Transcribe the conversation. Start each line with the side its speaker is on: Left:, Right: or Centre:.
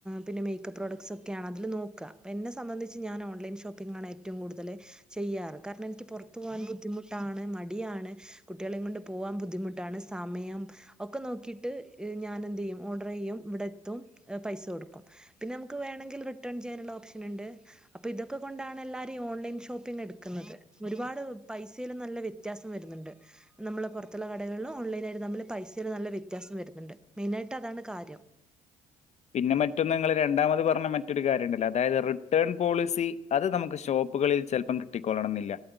Centre: പിന്നെ മേക്കപ്പ് പ്രോഡക്ട്സ് ഒക്കെയാണ് അതിൽ നോക്കുക എന്നെ സംബന്ധിച്ച് ഞാൻ ഓൺലൈൻ ഷോപ്പിംഗ് ആണ് ഏ റ്റവും കൂടുതല് ചെയ്യാറ് കാരണം എനിക്ക് പുറത്ത് പോകാൻ കാരണം ഇനിക്ക് ബുദ്ധിമുട്ടാണ് മടിയാണ് കുട്ടികളെയും കൊണ്ട് പോകാൻ ബുദ്ധിമുട്ടാണ് സമയം ഒക്കെ നോക്കിട്ട് ഞാന് എന്തെയ്യും ഓർഡർ ചെയ്യും ഇവിടെ എത്തും പൈസ കൊടുക്കും പിന്നെ നമുക്ക് വേമെങ്കിൽ റിട്ടേൺ ചെയ്യാനുള്ള ഓപ്ഷൻ ഉണ്ട് അപ്പൊ ഇതൊക്കെ കൊണ്ടാണ് എല്ലാരും ഓൺലൈ ഷോപ്പിംഗ് എടുക്ക ന്നത് ഒരുപാട് പൈസയിലും നല്ല വ്യത്യാസം വരുന്നുണ്ട് നമ്മളള് പുറത്തുള്ള കടകളിലും ഓൺലൈന ആയിട്ട് നമ്മള് പൈസൽ നല്ല വ്യത്യാസം വരുന്നുണ്ട് മെയിനായിട്ട് അതാണ് കാര്യം
Left: പിന്നെ മറ്റൊന്ന് നിങ്ങള് രണ്ടാമത് പറഞ്ഞ മറ്റൊരു കാര്യം ഉണ്ടല്ലോ അതായത് റിട്ടേൺ പോളിസി അത് നമുക്ക് ഷോപ്പുകളിൽ ചിലപ്പം കിട്ടിക്കൊള്ളണം എന്നില്ല